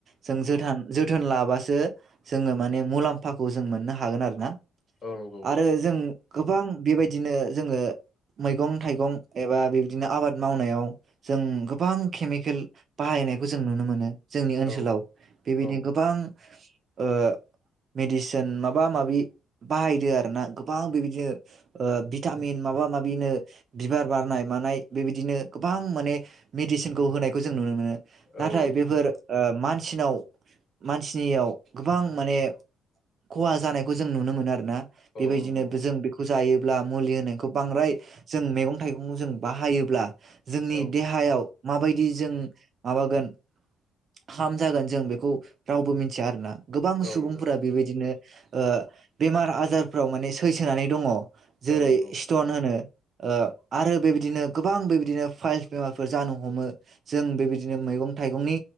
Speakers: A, on the right (about 40°); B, on the left (about 35°).
A: जों जोथान-जोथोन लाबासो जोङो माने मुलाम्फाखौ जों मोननो हागोन आरो ना
B: औ नंगौ
A: आरो जों गोबां बेबायदिनो जोङो मैगं थाइगं एबा बेबदिनो आबाद मावनायाव जों गोबां केमिकेल बाहायनायखौ जों नुनो मोनो जोंनि ओनसोलाव
B: औ
A: बेबायदि
B: औ
A: गोबां ओ मेडिसिन माबा माबि बाहायदो आरोना गोबां बेबायदिनो ओ भिटामिन माबा माबि बिनो बिबार बारनाय मानाय बेबायदिनो गोबां माने मेडिसिनखौ होनायखौ जों नुनो मोनो नाथाय
B: औ
A: बेफोर ओ मान मानसिनाव मानसिनियाव गोबां माने खहा जानायखौ जों नुनो मोनो आरोना बेबायदिनो
B: औ नंगौ
A: जों बेखौ जायो मुलि होनायखौ बांद्राय जों मेगं थाइगं जों बाहायोब्ला जोंनि
B: औ
A: देहायाव माबायदि जों माबागोन <unintelligible> जागोन जों बेखौ रावबो मिथिया आरोना गोबां सुबुंफोरा
B: औ नंगौ
A: बेबायदिनो ओ बेमार आजारफ्राव माने सैसोनानै दङ जेरै
B: औ नंगौ
A: स्टन होनो ओ आरो बेबायदिनो गोबां बेबायदिनो फाइलस बेमारफोर जानो हमो जों बेबायदिनो मैगं थाइगंनि